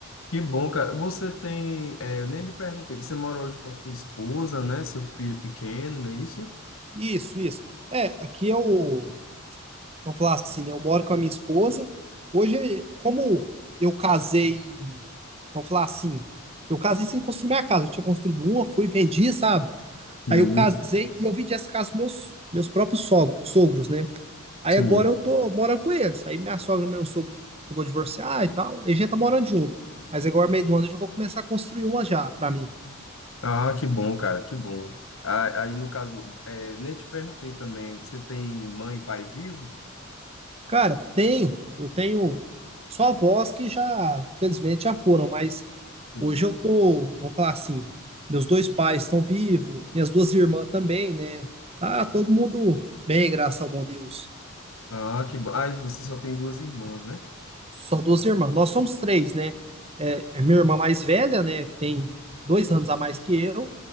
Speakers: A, on the left; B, on the right.
A: que bom, cara. Você tem, é, eu nem lhe perguntei, você mora hoje com a sua esposa, né? Seu filho pequeno, não é isso?
B: Isso, isso. É, aqui eu, vamos falar assim, né? Eu moro com a minha esposa. Hoje, como eu casei, vamos falar assim, eu casei sem construir minha casa. Eu tinha construído uma, fui, vendi, sabe?
A: Hum,
B: Aí eu casei e eu vendi essa casa para meus, meus próprios sogros, sogros, né? Aí
A: Sim.
B: agora eu tô morando com eles. Aí minha sogra e meu sogro chegou a divorciar e tal. E a gente tá morando junto. Mas agora, meio do ano, eu já vou começar a construir uma já para mim.
A: Ah, que bom, cara, que bom. Ah, Aí, no caso, é, nem te perguntei também, você tem mãe e pai vivo?
B: Cara, tenho, eu tenho só avós que já, infelizmente, já foram, mas
A: Hum.
B: hoje eu tô, vamos falar assim, meus dois pais estão vivos, minhas duas irmãs também, né? Tá todo mundo bem, graças ao bom Deus.
A: Ah, que bom. Ah, e você só tem duas irmãs, né?
B: Só duas irmãs. Nós somos três, né? É, é minha irmã mais velha, né? Que tem dois anos a mais que eu.